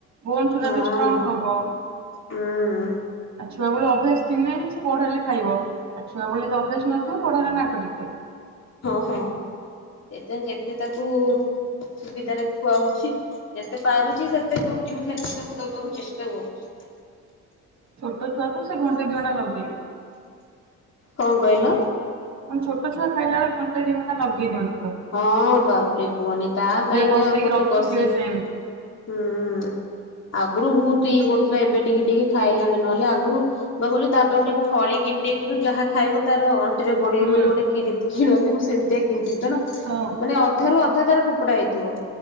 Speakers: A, on the right; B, on the left.
A: ବୋନ୍ସ ଉଡା
B: ହଁ
A: ବି ଷ୍ଟ୍ରଙ୍ଗ ହବ।
B: ହୁଁ।
A: ଆଉ ଛୁଆବେଳୁ ଅଭ୍ୟାସ ଥିନେହିଁ ସେ ବଡ଼ ହେଲେ ଖାଇବ ଆଉ ଛୁଆବେଳେ ଯଦି ଅଭ୍ୟାସ ନଥିବ ବଡହେନେ ନାକ ଟେକିବ।
B: ହଁ ହଁ ଏବେ ଯେତେ ତାକୁ ସୁବିଧାରେ ଖୁଆଉଛି ଯେତେ ପାରୁଛି ସେତେ ପ୍ରୋଟିନ ଖାଦ୍ୟ ତାକୁ ଦବାକୁ ଚେଷ୍ଟା କରୁଚି।
A: ଛୋଟଛୁଆ ତ ସେ ଘଣ୍ଟେ ଦିଅଣ୍ଟା ଲଗେଇବେ।
B: କଂ କହିଲ?
A: ମୁଁ ନି ଛୋଟଛୁଆ ଖାଇଲାବେଳେ ଘଣ୍ଟେ ଦିଘଣ୍ଟା ଲଗେଇ ଦିଅନ୍ତି ତ।
B: ହଁ ବାପରେ କୁହନି ତା ପାଇଁକା
A: ପସେଇକି
B: ଆଉ ଗୋଟେ
A: ରଖିଥିବେ
B: ବସି
A: ସେମିତି
B: ହୁଁ ଆଗୁରୁ ବହୁତ ଇଏ କରୁଥିଲା ଏବେ ଟିକେ ଟିକେ ଖାଇଲାଣି ନହେଲେ ଆଗୁରୁ ମୁଁ ପା କଉଚି ତାପଇଁ ଗୋଟେ ଥଳି କିଣି ଦେଇଥିଲୁ ଯାହା ଖାଇବ ତାର ଅନ୍ ଅଣ୍ଟି ରେ ପଡ଼ିବ
A: ହୁଁ
B: ବୋଲି ଗୋଟେ କି କିଣନ୍ତି ମୁଁ ସେମିତିଆ କିଣିଥିଲି ତେଣୁ
A: <inaudible>
B: ମାନେ ଅଧାରୁୁ ଅଧା ତାର ଫୋପଡା ହେଇଥିବ